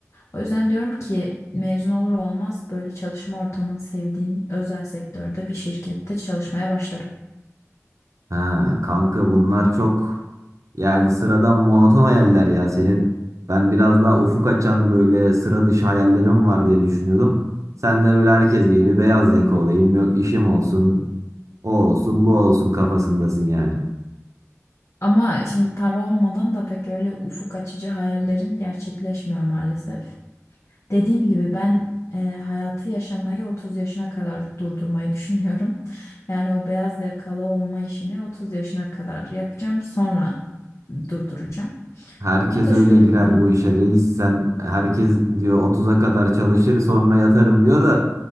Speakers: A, on the left; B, on the right.
A: O yüzden diyorum ki mezun olur olmaz böyle çalışma ortamını sevdiğim özel sektörde bir şirkette çalışmaya başlarım.
B: Ha, kanka bunlar çok yani sıradan monoton hayaller ya senin. Ben biraz daha ufuk açan böyle sıra dışı hayallerim var diye düşünüyordum. Sen de böyle herkes gibi beyaz yaka olayım, yok işim olsun, o olsun, bu olsun kafasındasın yani.
A: Ama şimdi para olmadan da pek öyle ufuk açıcı hayallerin gerçekleşmiyor maalesef. Dediğim gibi ben e, hayatı yaşamayı 30 yaşına kadar durdurmayı <laughs> düşünüyorum. Yani o beyaz yakalı olma işini 30 yaşına kadar yapacağım sonra durduracağım.
B: Herkes
A: Onu da
B: öyle
A: şöyle
B: girer
A: planlıyorum.
B: bu işe reis sen herkes diyor otuz'a kadar çalışır sonra yatarım diyor da